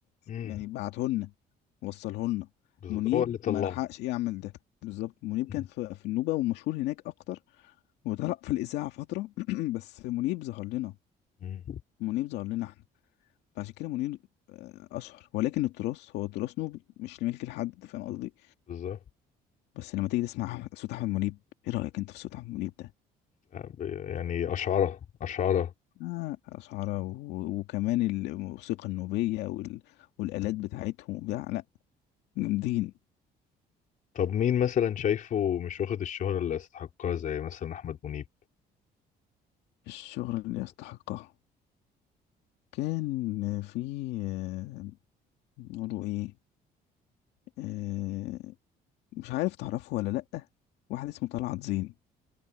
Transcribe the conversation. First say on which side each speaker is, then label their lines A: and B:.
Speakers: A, on the left; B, on the left.
A: امم
B: يعني بعته لنا وصله لنا
A: بز-
B: منيب
A: هو اللي طلعه
B: ما لحقش يعمل ده بالظبط منيب
A: امم
B: كان في في النوبة ومشهور هناك اكتر وطلع في الإذاعة فترة <clears throat> بس منيب ظهر لنا
A: أمم،
B: منيب ظهر لنا احنا فعشان كده منير آه، أشهر ولكن التراث هو تراث نوبي مش لملك لحد فاهم قصدي
A: بالظبط
B: بس لما تيجي تسمع أح- صوت احمد منيب ايه رايك انت في صوت احمد منيب ده
A: آه، ب- يعني اشعره اشعره
B: آه أشعرة و... وكمان الموسيقى النوبية وال... والآلات بتاعتهم وبتاع لا جامدين
A: طب مين مثلا شايفه مش واخد الشهرة اللي يستحقها زي مثلا احمد منيب
B: الشغل اللي يستحقها كان في آه، نقوله ايه آه، مش عارف تعرفه ولا لأ واحد اسمه طلعت زين